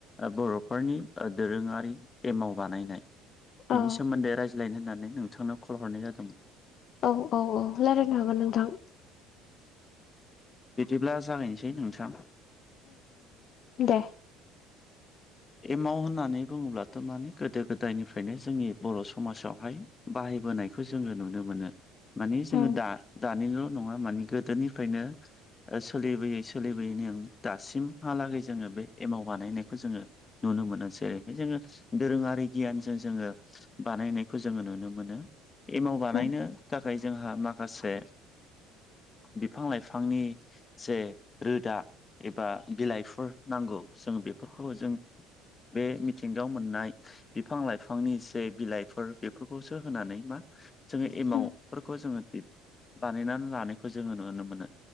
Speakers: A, on the left; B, on the left.
A: बर'फोरनि दोरोङारि एमाव बानायनाय बिनि
B: औ
A: सोमोन्दै रायज्लायनो होननानै नोंथांनो कल हरनाय जादों
B: औ औ औ रायजलायनो हागोन नोंथां
A: बिदिब्ला जागायनोसै नोंथां
B: दे
A: एमाव होननानै बुङोब्लाथ' माने गोदो गोदायनिफ्रायनो जोंनि बर' समाजावहाय बाहायबोनायखौ जोङो नुनो मोनो मानि जोङो
B: उम
A: दा दानिल' नङा माने गो दोनिफ्रायनो सोलिबोयै सोलिबोयैनि आ दासिमहालागै जोङो बे एमाव बानायनायखौ जोङो नुनो मोनोसै जेरैहाय जोङो दोरोङारि गियानजों जोङो बानायनायखौ जोङो नुनो मोनो एमाव बानायनो
B: उम
A: थाखाय जोंहा माखासे बिफां लाइफांनि जे रोदा एबा बिलाइफोर नांगौ जों बेफोरखौ जों बे मिथिंगायाव मोननाय बिफां लाइफांनि जे बिलाइफोर बेफोरखौसो होनानै मा जोङो एमावफोरखौ
B: उम
A: जोङो बानायनानै लानायखौ जोङो नुनो मोनो।